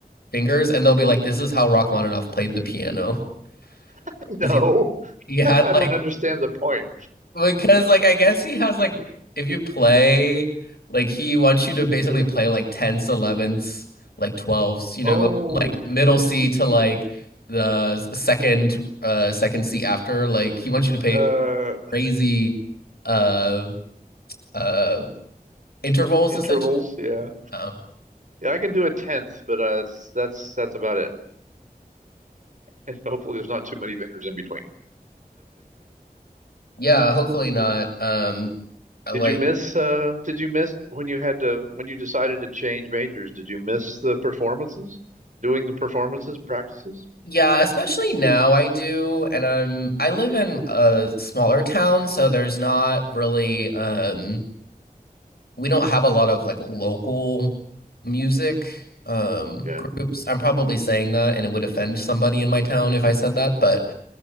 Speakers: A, on the left; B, on the right.
A: fingers and they'll be like, this is how Rachmaninoff played the piano. <laughs>
B: <laughs> No,
A: 'Cause he, he had
B: <laughs> I
A: like,
B: don't understand the point.
A: because like, I guess he has like, if you play, like he wants you to basically play like tenths, elevenths, like twelfths, you know,
B: Oh,
A: go from, like middle C to like the second, uh, second C after. Like he wants you to play
B: uh,
A: crazy. uh, uh intervals
B: intervals.
A: essentially.
B: Yeah,
A: Oh.
B: yeah. I can do a tenth, but uh, that's that's that's about it. <laughs> And hopefully, there's not too many fingers in between.
A: Yeah, hopefully not. Um I
B: Did
A: like
B: you miss? Uh, did you miss when you had to when you decided to change majors? Did you miss the performances, doing the performances and practices?
A: yeah, especially now I do and I'm I live in a smaller town so there's not really um we don't have a lot of like local music um
B: Yeah.
A: groups. I'm probably saying that and it would offend somebody in my town if I said that, but